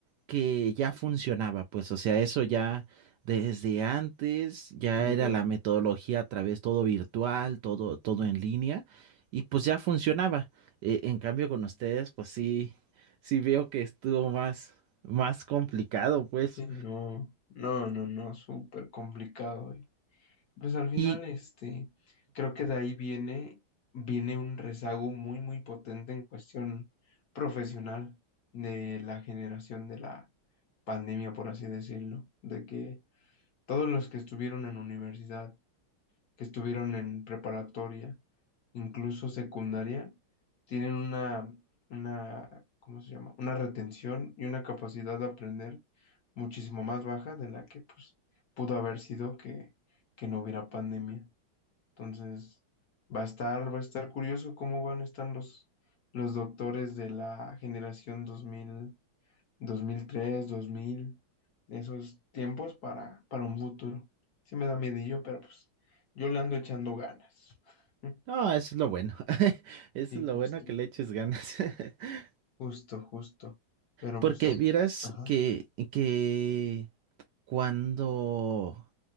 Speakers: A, on the right; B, on the left.
A: que ya funcionaba, pues, o sea, eso ya desde antes, ya era
B: ya.
A: la metodología a través todo virtual, todo, todo en línea, y pues ya funcionaba. Eh, en cambio, con ustedes, pues sí sí veo que estuvo más, más complicado, pues.
B: Sí, no, no, no, no, súper complicado. y, Pues al final,
A: Y
B: este, creo que de ahí viene, viene un rezago muy, muy potente en cuestión profesional de la generación de la pandemia, por así decirlo, de que Todos los que estuvieron en universidad, que estuvieron en preparatoria, incluso secundaria, tienen una, una, ¿cómo se llama? Una retención y una capacidad de aprender muchísimo más baja de la que pues pudo haber sido que, que no hubiera pandemia. Entonces, va a estar, va a estar curioso cómo van a estar los, los doctores de la generación 2000 dos mil tres dos mil esos tiempos para, para un futuro. Sí me da miedillo, pero pues yo le ando echando ganas. <laughs>
A: no, eso es lo bueno. <laughs> Eso
B: y
A: es
B: justo,
A: lo bueno que le eches ganas. <laughs>
B: justo, justo. Pero
A: Porque
B: pues,
A: vieras
B: ajá,
A: que, que cuando